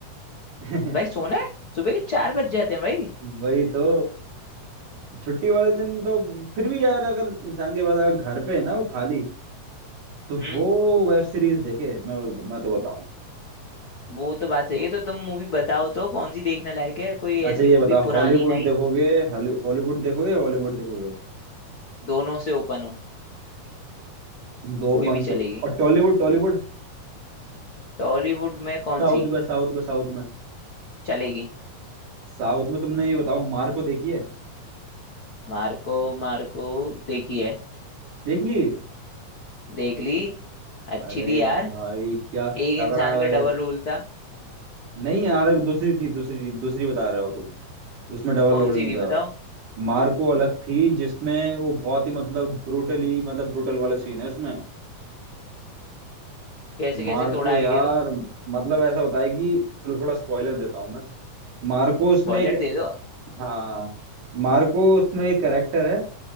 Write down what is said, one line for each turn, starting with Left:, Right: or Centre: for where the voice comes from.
Right: है
Left: भाई सोना है सुबह के चार बज जाते हैं भाई
Right: <laughs> वही तो छुट्टी वाले दिन तो फिर भी यार अगर इंसान के पास अगर घर पे है ना वो खाली तो
Left: हम्म
Right: वो वेब सीरीज देखे मैं बोल- मैं तो बताऊं
Left: वो तो बात सही है तो तुम मूवी बताओ तो कौन सी देखने लायक है कोई
Right: अच्छा
Left: ऐसी
Right: ये
Left: मूवी
Right: बताओ
Left: पुरानी
Right: हॉलीवुड देखोगे हॉलीवुड देखोगे हॉलीवुड देखोगे
Left: दोनों से ओपन हूँ
Right: दो
Left: कोई
Right: पंच
Left: भी चलेगी
Right: और टॉलीवुड टॉलीवुड
Left: टॉलीवुड में कौन
Right: साउथ
Left: सी
Right: में साउथ में साउथ में
Left: चलेगी
Right: साउथ में तुमने ये बताओ मार्को देखी है
Left: मार्को मार्को देखी है
Right: देख ली
Left: देख ली अच्छी
Right: अरे
Left: थी
Right: भाई
Left: यार
Right: क्या तगड़ा
Left: एक इंसान का
Right: है।
Left: डबल रोल था
Right: नहीं यार दूसरी थी दूसरी दूसरी बता रहे हो तुम उसमें डबल
Left: कौन
Right: रोल नहीं
Left: सी
Right: था
Left: थी बताओ
Right: मार्को अलग थी जिसमें वो बहुत ही मतलब ब्रूटली मतलब ब्रूटल वाला सीन है उसमें
Left: कैसे
Right: मार्को
Left: कैसे थोड़ा आइडिया
Right: यार
Left: दो
Right: मतलब ऐसा बताया कि चलो थोड़ा स्पॉइलर देता हूँ मैं मार्को उसमें
Left: स्पॉइलर
Right: एक
Left: दे दो
Right: हाँ मार्को उसमें एक कैरेक्टर है